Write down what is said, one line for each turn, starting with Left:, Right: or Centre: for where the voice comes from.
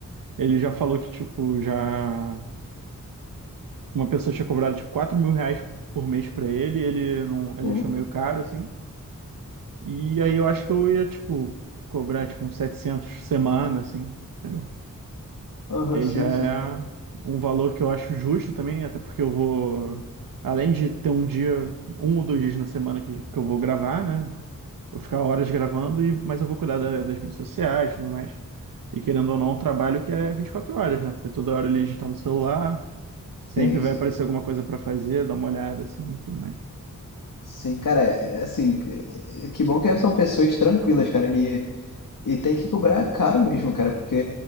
Right: ele já falou que, tipo, já uma pessoa tinha cobrado, tipo, quatro mil reais por mês pra ele. Ele não, ele
Left: Pô,
Right: achou meio caro, assim. E aí eu acho que eu ia, tipo, cobrar, tipo, uns 700 semana, assim. entendeu?
Left: Aham,
Right: Que aí
Left: sim,
Right: já é
Left: sim.
Right: um valor que eu acho justo também, até porque eu vou, além de ter um dia, um ou dois dias na semana que, que eu vou gravar, né? Vou ficar horas gravando, e, mas eu vou cuidar da- das mídias sociais e tudo mais. E querendo ou não, é um trabalho que é 24 horas, né? Porque toda hora ele está no celular, sempre
Left: Sim,
Right: vai
Left: sim.
Right: aparecer alguma coisa para fazer, dar uma olhada assim e tudo mais.
Left: Sim, cara, é é assim, é- é- que bom que são pessoas tranquilas, cara, e, e tem que cobrar caro mesmo, cara, porque